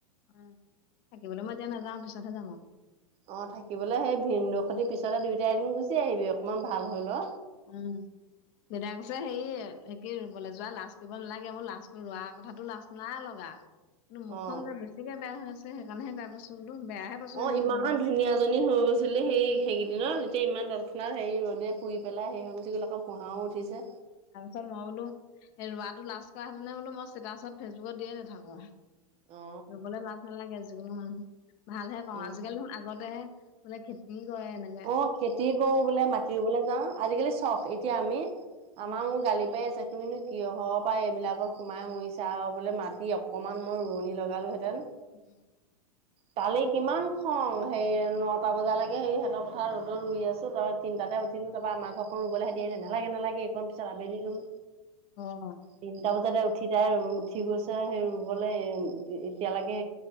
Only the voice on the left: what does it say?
উম, থাকিবলৈ মই এতিয়া নাযাওঁ পিছতহে যাম আও।
উম। দেতাই কৈছে হেই হে কি ৰুবলে যোৱা লাজ কৰিব নালাগে, মোৰ লাজ কৰি ৰোৱাৰ কথাটো লাজ নাই লগা। কিন্তু মুখখন
যে বেছিকে বেয়া হৈ আছে হেকাণেহে বেয়া পাইছো বোলো, বেয়াহে পাইছো
এনে
ফুৰিব গলে
তাৰ পিছত মই বোলো এ ৰোৱাটো লাজ কৰা হেতেনে বোলো মই ষ্টেটাছত ফেচবুকত দিয়ে নাথাকো।
ৰুবলৈ লাজ নালাগে যিকোনো মানুহ, ভালহে পাওঁ
আজিকালি দেখুন, আগতেহে বোলে খেতি কৰে এনে
পায়
<unintelligible>
অ অ